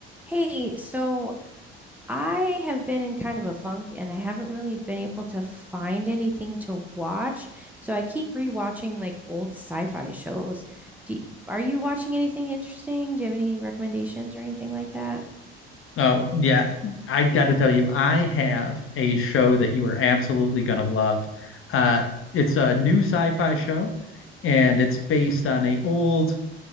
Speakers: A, in the centre; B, on the left.
A: Hey, so I have been in kind of a funk and I haven't really been able to find anything to watch. So I keep rewatching like old sci-fi shows. Do are you watching anything interesting? Do you have any recommendations or anything like that?
B: Oh, yeah. I got to tell you, I have a show that you are absolutely going to love. Uh, it's a new sci-fi show, and it's based on a old